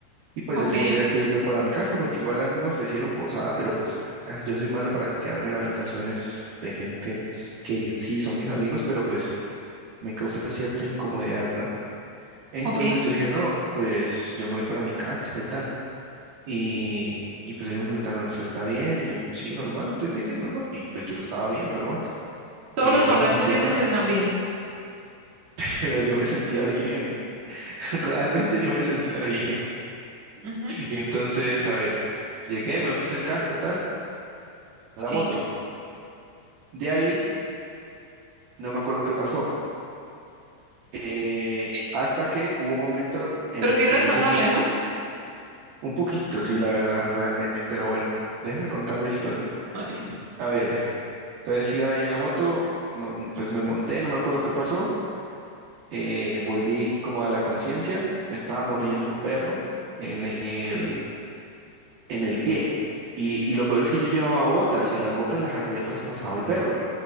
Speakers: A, on the right; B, on the right.
A: Y pues
B: ok,
A: yo tenía ya que irme para mi casa porque igual a mí me ofrecieron posada, pero pues ah, yo soy malo para quedarme en habitaciones de gente que sí son mis amigos, pero pues me causa cierta incomodidad, ¿no? Entonces
B: ok.
A: yo dije, no, pues yo me voy para mi casa y tal. Y, y pues ellos me preguntaron, ¿usted está bien? Y yo, sí, normal, estoy bien, normal. Y pues yo estaba bien, normal.
B: Todos
A: Eh,
B: los borrachos
A: yo no me sentía
B: dicen
A: mal,
B: que están bien.
A: <laughs> pero yo me sentía bien. <laughs> Realmente yo me sentía bien.
B: Ujú,
A: Y entonces, a ver, llegué, me puse el casco, tal, a la
B: Sí,
A: moto. De ahí no me acuerdo qué pasó. eh,
B: sí.
A: hasta que hubo un momento en
B: Pero
A: el
B: qué irresponsable,
A: que yo seguía
B: ¿no?
A: un poquito, sí, la verdad, realmente. Pero bueno, déjeme contar la historia.
B: Ok.
A: A ver, entonces iba ahí en la moto, no, pues me monté, no me acuerdo qué pasó. eh, volví como a la conciencia, me estaba mordiendo un perro en el, en el pie. Y, y lo peor es que yo llevaba botas y las botas las había traspasado el perro.